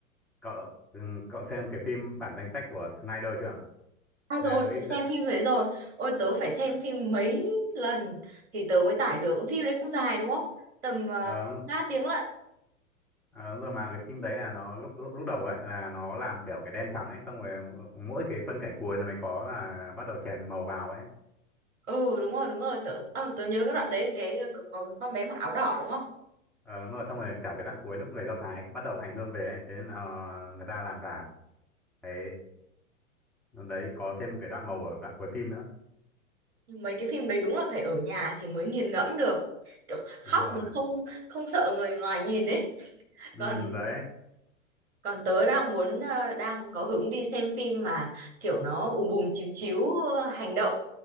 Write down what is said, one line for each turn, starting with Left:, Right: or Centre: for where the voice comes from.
Centre: cậu ừ, cậu xem cái phim bản danh sách của Snyder chưa
Right: À rồi,
Centre: Snyder
Right: tớ xem
Centre: ấy,
Right: phim đấy rồi. Ôi tớ phải xem phim mấy lần thì tớ mới tải được. Phim đấy cũng dài đúng không? Tầm uh,
Centre: ờ, đúng-
Right: 3 tiếng lận.
Centre: ờ, đúng rồi mà cái phim đấy là nó lúc lúc, lúc đầu ấy là nó làm kiểu cái đen trắng ấy xong rồi mỗi cái phân cảnh cuối là mới có là bắt đầu chèn màu vào ấy
Right: Ừ đúng rồi, đúng rồi. Tớ ờ tớ nhớ cái đoạn đấy cái có, có con bé mặc áo đỏ đúng không?
Centre: ờ, đúng rồi xong rồi cả cái đoạn cuối lúc người Do Thái bắt đầu hành hương về ấy thế nên là ờ, người ta làm cả cái đấy có thêm cái đoạn màu ở đoạn cuối phim nữa
Right: mấy cái phim đấy đúng là phải ở nhà thì mới nghiền ngẫm được kiểu khóc
Centre: đúng rồi
Right: không không sợ người ngoài nhìn ấy
Centre: ừ,
Right: còn
Centre: đấy
Right: còn tớ đang muốn ờ, đang có hứng đi xem phim mà kiểu nó ùm bùm chiếu chiếu ờ, hành động